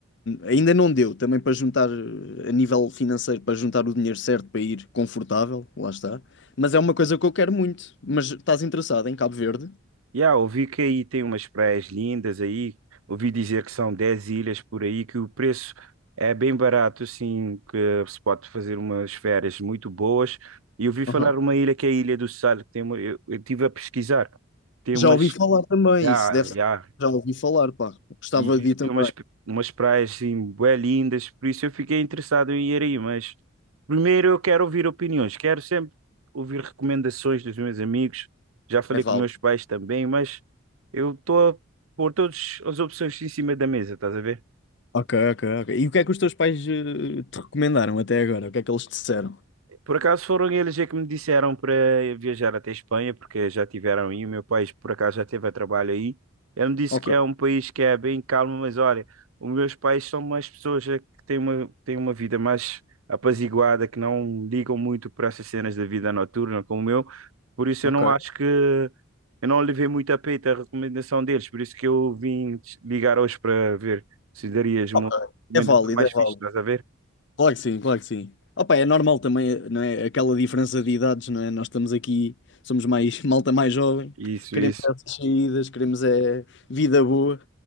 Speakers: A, on the left (about 55°); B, on the right (about 80°).
A: ainda não deu também para juntar, eh, a nível financeiro, para juntar o dinheiro certo para ir confortável, lá está. Mas é uma coisa que eu quero muito. Mas estás interessado em Cabo Verde?
B: Yeah, ouvi que aí tem umas praias lindas aí. Ouvi dizer que são 10 ilhas por aí, que o preço é bem barato, assim, que se pode fazer umas férias muito boas. E ouvi falar
A: Aham.
B: uma ilha que é a Ilha do Sal, que tem uma, eu, eu estive a pesquisar. Tem
A: Já
B: umas.
A: ouvi falar também,
B: Yeah,
A: isso deve
B: yeah,
A: ser. Já ouvi falar, pá. Gostava
B: e vi
A: de
B: que
A: ir também.
B: tem umas, umas praias assim, bué lindas, por isso eu fiquei interessado em ir aí, mas primeiro eu quero ouvir opiniões, quero sempre ouvir recomendações dos meus amigos, já falei
A: É válido.
B: com meus pais também, mas eu estou a pôr todas as opções em cima da mesa, estás a ver?
A: Ok, ok, ok. E o que é que os teus pais eh, te recomendaram até agora? O que é que eles te disseram?
B: Por acaso foram eles é que me disseram para viajar até Espanha, porque já tiveram aí, o meu país por acaso já teve a trabalho aí. Ele me disse
A: Ok,
B: que é um país que é bem calmo, mas olha, os meus pais são mais pessoas é, que têm uma, têm uma vida mais apaziguada, que não ligam muito para essas cenas da vida noturna como o meu. Por isso
A: ok.
B: eu não acho que, eu não levei muito a peito a recomendação deles, por isso que eu vim te ligar hoje para ver se darias uma
A: Ok.
B: recomendação
A: É válido,
B: mais
A: é válido.
B: fixe, estás a ver?
A: Claro que sim, claro que sim. Opa, é normal também, não é? Aquela diferença de idades, não é? Nós estamos aqui, somos mais <laughs> malta mais jovem,
B: Isso,
A: queremos
B: isso.
A: essas saídas, queremos é vida boa.